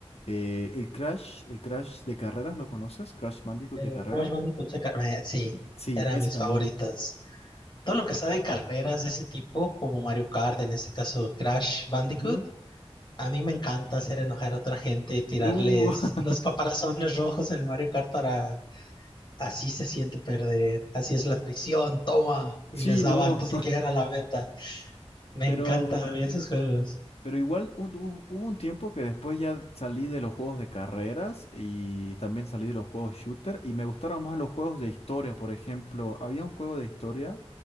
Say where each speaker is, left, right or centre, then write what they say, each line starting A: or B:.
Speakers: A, on the left; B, on the left.
A: eh, el Crash, el Crash de carreras, ¿lo conoces? Crash Bandicoot
B: El
A: de carrera.
B: Crash Bandicoot, se car- eh, sí,
A: Sí,
B: era
A: ese
B: de mis
A: también.
B: favoritas. Todo lo que sea de carreras de ese tipo, como Mario Kart, en este caso Crash Bandicoot,
A: Ujú.
B: a mí me encanta hacer enojar a otra gente, tirarles
A: Uh,
B: los caparazones rojos en el Mario Kart para Así se siente perder, así es la prisión, toma, y
A: <laughs> sí,
B: les daba
A: no,
B: antes de que llegara a la meta. Me
A: <laughs> pero,
B: encantan esos juegos.
A: pero igual hu- hu- hubo un tiempo que después ya salí de los juegos de carreras y también salí de los juegos shooter y me gustaron más los juegos de historia, por ejemplo, había un juego de historia